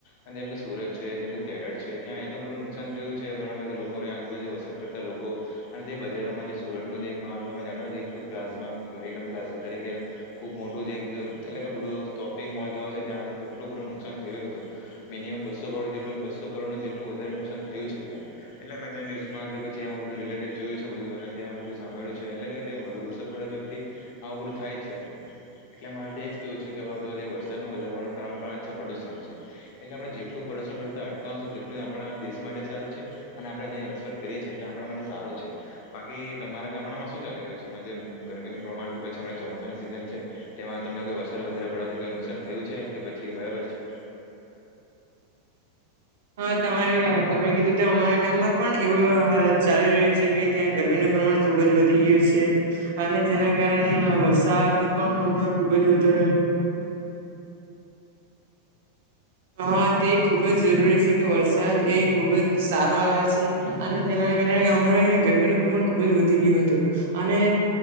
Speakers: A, on the left (about 45°); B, on the right (about 55°).
A: અને અંદર સુરત છે, જેમ કે કેરળ છે, ત્યાં એટલું બધું નુકસાન થયું છે. ઘણા બધા લોકોને આજુબાજું વરસા કરતા લોકો અને જે બજારોમાં જે સુરતનો જ એક માલ તમે જાણો તો એક પ્લાઝમા પ્લેટનમ પ્લાઝમા તરીકે ખુબ મોટું જે એક એટલે કે બધું શોપિંગ મોલ જો છે ત્યાં તો કેટલું બધું નુકસાન થયું હતું. મિનિમમ બસો કરોડ જેલુ બસો કરોડ નો જે એટલું વધારે નુકસાન થયું છે ત્યાં. એટલે મેં ત્યા ન્યૂઝમાં કે પછી એવુ બધું રિલેટેડ જોય છે બધું અને ત્યાં બધું સાંભળ્યું છે એટલે કે વધુ વરસાદ પડે તો થી આવું બધું થાય છે. એટલે મારે તો એજ જ કેવું છે કે હવે વરસાદનું વધારવાનું કારણ પણ આ પ્રદુષણ છે. એટલે આપણે જેટલું પરશણ કરતા અટકાવશું તેટલું આપણા દેશ માટે સારું છે. અને આપણે જ્યાં વસવાટ કરીએ છીએ ત્યાં આપણા માટે સારું છે. બાકી તમારા ગામડામાં શું ચાલી રહ્યું છે અમના જેમ ગરમીનું પ્રમાણ કે પછી હમણા ચોમાસાની સિઝન છે તેમાં તમને કોઈ વરસાદ વધારે પડવાથી કોઈ નુકસાન થયું છે કે, પછી બરાબર છે.
B: હા, તમારે તમે કીધું ત અમારા ગામમાં પણ એવું હા ચાલી રહ્યું છે કે ત્યાં ગરમીનું પ્રમાણ ખુબ જ વધી ગયું છે. અને જેના કારણે આ વરસાદ પણ હમણાં ખુબ જ વધારે હા તે ખુબ જ જરૂરી છે કે, વરસાદ એ ખુબ જ સારો આવે છે. અને જેના કારણે અમારે અહીંયા ગરમીનું પ્રમાણ ખુબ જ વધી ગયું હતું. અને